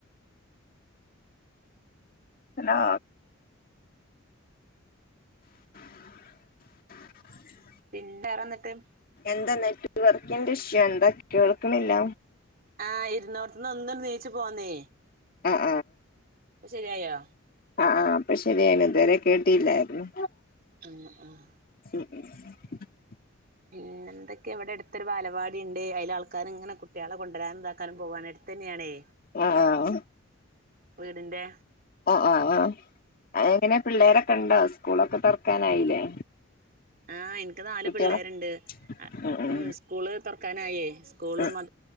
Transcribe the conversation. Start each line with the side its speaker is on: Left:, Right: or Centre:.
Left: ഹലോ <inaudible>
Right: പിന്നെ വേറെ എന്ധോക്കെ
Left: എന്താ നെറ്റ് വർക്കിന്റെ ഇഷ്യ എന്താ കേൾക്കണില്ല
Right: ആഹ് ഇരുന്നോടത്തുന്നു ത ഒന്ന് നീച്ചു പോന്നേ
Left: ആഹ്
Right: ഇപ്പൊ ശരിയായോ
Left: ആ ആ ഇപ്പൊ ശരിയായിന് ഇതുവരെ കേട്ടില്ലായിരുന്നു
Right: ആ ആഹ
Left: <inaudible>
Right: പിന്നെ എന്തൊക്കെയ ഇവിടെ അടുത്തൊരു പാലപാടി ഉണ്ട് അയിൽ ആൾക്കാർ ഇങ്ങനെ കുട്ടികള കൊണ്ടരാ നും താക്കാനും പോവാന് അടുത്ത് തന്നെയാണേ
Left: ആഹ ആ
Right: വീടിന്ടെ
Left: ആ ആ് ആ അങ്ങനെ പിള്ളേരെ കണ്ടോ സ്കൂളൊക്കെ തുറക്കാനായില്ലേ
Right: ആഹ എനിക്ക് നാല്
Left: കുട്ടികളെ
Right: പിള്ളേരുണ്ട്
Left: ഉം
Right: ഉ
Left: ഉം
Right: സ്കൂള് തുറക്കാനായേ സ്കൂളും
Left: ഉം
Right: മ